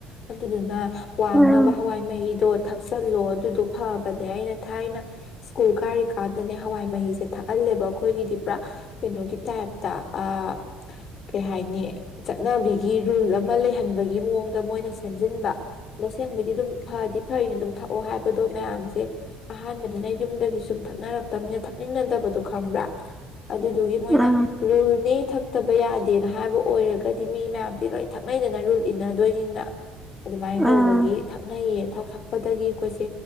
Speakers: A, on the left (about 55°); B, in the centre.
A: ꯑꯗꯨꯗꯨꯅ ꯋꯥꯡꯅꯕ
B: ꯎꯝ
A: ꯍꯋꯥꯏ ꯃꯍꯤꯗꯣ ꯊꯛꯆꯜꯂꯣ ꯑꯗꯨꯗꯣ ꯐꯕꯅꯦ ꯑꯩꯅ ꯊꯥꯏꯅ ꯁ꯭ꯀꯨꯜ ꯀꯥꯔꯤꯀꯥꯟꯗꯅꯦ ꯍꯋꯥꯏ ꯃꯍꯤꯁꯦ ꯊꯥꯛꯍꯜꯂꯦꯕ ꯑꯩꯈꯣꯏꯒꯤꯗꯤ ꯄꯨꯔꯥ ꯀꯩꯅꯣ ꯇ ꯍꯥꯏꯕꯇ ꯑ ꯀꯩ ꯍꯥꯏ ꯆꯠꯅꯕꯤꯒꯤ ꯔꯨꯜ ꯑꯃ ꯂꯩꯍꯟꯕꯒꯤ ꯃꯑꯣꯡꯗ ꯃꯣꯏꯅ ꯁꯦꯝꯖꯤꯟꯕ ꯇꯁꯦꯡꯕꯗꯤ ꯑꯗꯨꯝ ꯐꯗꯤ ꯐꯩꯅꯤ ꯑꯗꯨꯝ ꯊꯛꯑꯣ ꯍꯥꯏꯕꯗꯣ ꯃꯌꯥꯝꯁꯦ ꯑꯍꯥꯟꯕꯗꯤꯅ ꯌꯨꯝꯗꯒꯤ ꯁꯨꯝ ꯊꯛꯅꯔꯛꯇꯕꯅꯤꯅ ꯊꯛꯅꯤꯡꯅꯗꯕꯗꯣ ꯈꯪꯕ꯭ꯔꯥ ꯑꯗꯨꯗꯨꯒꯤ ꯃꯣꯏꯅ
B: ꯎꯝ
A: ꯔꯨꯜꯅꯤ ꯊꯛꯇꯕ ꯌꯥꯗꯦꯅ ꯍꯥꯏꯕ ꯑꯣꯏꯔꯒꯗꯤ ꯃꯤ ꯃꯌꯥꯝꯁꯦ ꯂꯣꯏ ꯊꯛꯅꯩꯗꯅ ꯔꯨꯜ ꯏꯟꯅꯗꯣꯏꯅꯤꯅ ꯑꯗꯨꯃꯥꯏꯅ
B: ꯎꯝ
A: ꯇꯧꯕꯒꯤ ꯊꯛꯅꯩꯌꯦꯛ ꯁꯛꯄꯗꯒꯤ ꯑꯩꯈꯣꯏꯁꯦ